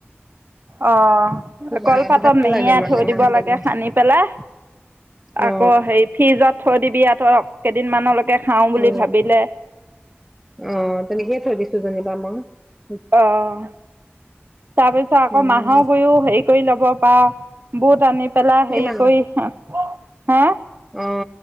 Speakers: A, on the right; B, in the centre.
A: অ
B: কিবা
A: কলপাতত
B: ভাল
A: মেৰিয়াই
B: লাগে মানে
A: থৈ
B: মাহটো
A: দিব লাগে
B: মানে।
A: সানি পেলাই
B: অ
A: আকৌ হেৰি ফ্ৰিজত থৈ দিবি আৰুঁ কেইদিনমানলৈকে খাওঁ বুলি
B: উ
A: ভাবিলে
B: অ তেনেকে থৈ দিছো কী ব আমা <unintelligible>
A: আহ তাৰ পিছত আকৌ
B: উম
A: মাহৰ গুৰিও হেৰি কৰি ল'ব পা বুট আনি <unintelligible> পেলা
B: কিমান
A: হেৰি কৰি হা
B: অ